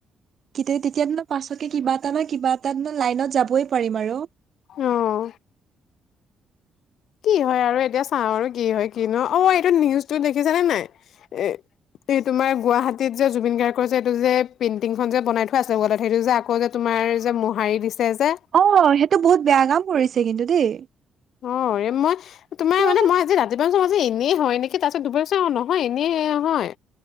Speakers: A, on the right; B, on the left.
A: কেতি তেতিয়াটো মই পাছতকে কিবা এটা ন কিবা এটা ন লাইনত যাবই পাৰিম আৰু।
B: অ' কি হয় আৰু এতিয়া চাওঁ আৰু কি হয় কি ন। অ এইটো নিউজটো দেখিছেনে নাই? এ তে তোমাৰ গুৱাহাটীত যে- জুবিন গাৰ্গৰ যে এইটো যে পেইণ্টিংখন যে বনাই থোৱা আছে ৱালত সেইটো যে আকৌ যে তোমাৰ যে মোহাৰি দিছে যে।
A: অ সেইটো বহুত বেয়া কাম কৰিছে কিন্তু দেই।
B: অ মই তো-
A: কিয় বা?
B: আজি ৰাতিপুৱা ভাবিছোঁ যে এনেই হয় নেকি তাৰপিছত দুপৰীয়া চাওঁ নহয় এনেই হয়।